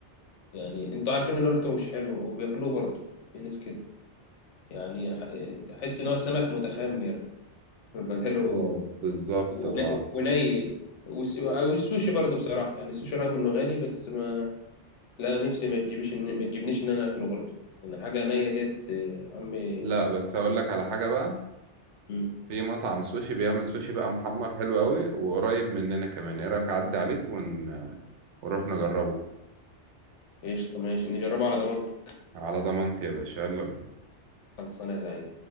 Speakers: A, on the left; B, on the right.
A: يعني انتوا عارفين ان ريحته مش حلوه وبياكلوه برضه في ناس كده يعني ح- تحس ان هو سمك متخمر بقاله
B: واو بالظبط
A: ونا-
B: اه
A: وني والس- والسوشي برضه بصراحه يعني السوشي رغم انه غالي بس ما لا نفسي ما تجيبش إن- ما تجيبنيش ان انا اكله برضه يعني حاجه نيه ديت آه، عمي
B: لا بس هقول لك على حاجة بقى
A: مم.
B: في مطعم سوشي بيعمل سوشي بقى محمر حلو قوي وقريب مننا كمان ايه رأيك اعدي عليك ون... ونروح نجربه
A: قشطه ماشي نجربها على ضمانتك
B: على ضمانتي يا باشا يلا بينا
A: خلصانه يا زعيم